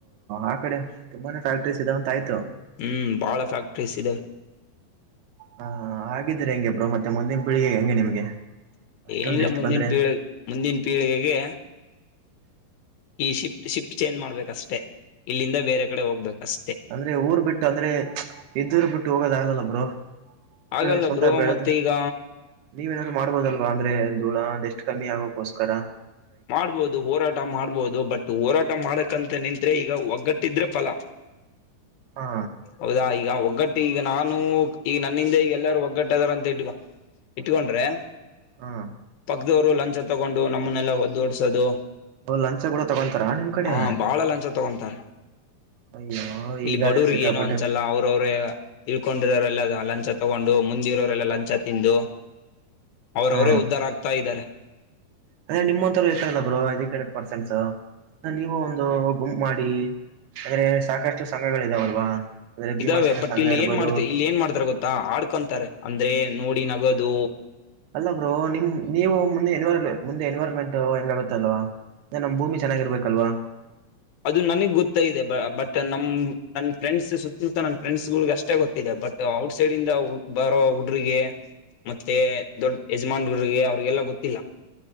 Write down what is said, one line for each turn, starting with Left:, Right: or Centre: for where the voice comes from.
Right: ಆ ಕಡೆ ತುಂಬಾನೇ ಫ್ಯಾಕ್ಟ್ರೀಸ್ ಇದಾವಂತ ಆಯ್ತು.
Left: ಹ್ಮ್ ಭಾಳ ಫ್ಯಾಕ್ಟ್ರೀಸ್ ಇದೆ.
Right: ಹಾ ಹಾಗಿದ್ರೆ ಹೆಂಗೆ ಬ್ರೋ ಮತ್ತೆ ಮುಂದಿನ ಪೀಳಿಗೆಗೆ ಹೆಂಗೆ ನಿಮ್ಗೆ? ಅಷ್ಟೊಂದು
Left: ಏನಿಲ್ಲ
Right: ಎಷ್ಟು
Left: ಮುಂದಿನ
Right: ಬಂದ್ರೆ
Left: ಪೀಳ ಮುಂದಿನ ಪೀಳಿಗೆಗೆ ಈ ಶಿಫ್ಟ್ ಶಿಫ್ಟ್ ಚೇಂಜ್ ಮಾಡ್ಬೇಕಷ್ಟೇ ಇಲ್ಲಿಂದ ಬೇರೆ ಕಡೆ ಹೋಗ್ಬೇಕ ಅಷ್ಟೇ.
Right: ಅಂದ್ರೆ ಊರ್ ಬಿಟ್ಟು ಅಂದ್ರೆ ಇದ್ದೂರು ಬಿಟ್ಟು ಹೋಗೋದ್ ಆಗಲ್ಲಲ್ಲಾ ಬ್ರೋ.
Left: ಆಗಲ್ಲ
Right: ಬೇ ಸ್ವತ
Left: ಬ್ರೋ
Right: ಬೆಳೆದ
Left: ಮತ್ತೆ ಈಗ
Right: ನೀವ್ ಏನಾರು ಮಾಡ್ಬೋದಲ್ವಾ ಅಂದ್ರೆ ಧೂಳಾ ಡಸ್ಟ್ ಕಮ್ಮಿ ಆಗಕ್ಕೋಸ್ಕರ.
Left: ಮಾಡ್ಬೋದು ಹೋರಾಟ ಮಾಡ್ಬೋದು ಬಟ್ ಹೋರಾಟ ಮಾಡಕಂತ ನಿಂತ್ರೆ ಈಗ ಒಗ್ಗಟ್ಟಿದ್ರೆ ಫಲ.
Right: ಹಾ
Left: ಹೌದಾ ಈಗ ಒಗ್ಗಟ್ ಈಗ ನಾನು ಈಗ ನನ್ನಿಂದ ಈಗ ಎಲ್ಲಾರೂ ಒಗ್ಗಟ್ಟದರ ಅಂತ ಇಟ್ಕ ಇಟ್ಕೊಂಡ್ರೆ
Right: ಹಾ
Left: ಪಕ್ದೋರು ಲಂಚ ತಗೊಂಡು ನಮ್ಮನ್ನೆಲ್ಲ ಒದ್ದ ಓಡ್ಸೋದು
Right: ಓ ಲಂಚ ಕೂಡ ತಗೊಂತಾರಾ ನಿಮ್ ಕಡೆ
Left: ಹಾ ಭಾಳ ಲಂಚ ತಗೊಂತಾರ್
Right: ಅಯ್ಯೋ
Left: ಇಲ್ಲಿ
Right: ಈಗಾದ್ರೆ
Left: ಬಡುರಿಗ್
Right: ಸಿಕ್ಕಾಪಟ್ಟೆ
Left: ಏನು ಅಂಜಲ್ಲಾ ಅವ್ರ್ ಅವ್ರೆ ತಿಳ್ಕೊಂಡಿರೋರೆಲ್ಲ ಲಂಚ ತೊಗೊಂಡು ಮುಂದಿರೋರೆಲ್ಲ ಲಂಚ ತಿಂದು ಅವ್ರ್
Right: ಹಾ
Left: ಅವ್ರೆ ಉದ್ದಾರ ಆಗ್ತಾ ಇದಾರೆ.
Right: ಅದೇ ನಿಮ್ಮಂಥೋರ ಇರ್ತಾರಲ್ಲ ಬ್ರೋ ಎಜುಕೇಟೆಡ್ ಪರ್ಸನ್ಸು. ಅಲಾ ನೀವು ಒಂದು ಗುಂಪ್ ಮಾಡಿ ಅಂದ್ರೆ ಸಾಕಷ್ಟು ಸಂಘಗಳಿದಾವಲ್ವಾ ಅಂದ್ರೆ ಭೀಮಾಸೇನ
Left: ಇದಾವೆ ಬಟ್
Right: ಸಂಘ
Left: ಇಲ್ಲಿ
Right: ಇರ್ಬೋದು
Left: ಏನ್ ಮಾಡ್ತ ಇಲ್ಲಿ ಏನ್ ಮಾಡ್ತರ್ ಗೊತ್ತಾ ಆಡ್ಕೊಂತರೆ ಅಂದ್ರೆ ನೋಡಿ ನಗದು
Right: ಅಲ್ಲ ಬ್ರೋ ನಿಮ್ ನೀವು ಮುಂದೆ ಎನ್ವಾ ಮುಂದೆ ಎನ್ವರ್ನ್ಮೆಂಟು ಹೆಂಗಾಗುತ್ತಲ್ವಾ ನಮ್ಮ್ ಭೂಮಿ ಚೆನ್ನಾಗಿರ್ಬೇಕಲ್ವಾ?
Left: ಅದು ನನಗ್ ಗೊತ್ತ ಇದೆ ಬಾ ಬಟ್ ನಮ್ ನನ್ ಫ್ರೆಂಡ್ಸ್ ಸುತ್ಮುತ್ತ ನನ್ನ ಫ್ರೆಂಡ್ಸ್ ಗಳ್ಗ ಅಷ್ಟ ಷ್ಟೇ ಗೊತ್ತಿದೆ ಬಟ್ ಔಟ್ ಸೈಡ್ ಇಂದ ಬರೋ ಹುಡ್ರಿಗೆ ಮತ್ತೆ ದೊಡ್ ಯಜಮಾನ್ರಿಗೆ ಅವ್ರಿಗೆಲ್ಲ ಗೊತ್ತಿಲ್ಲ.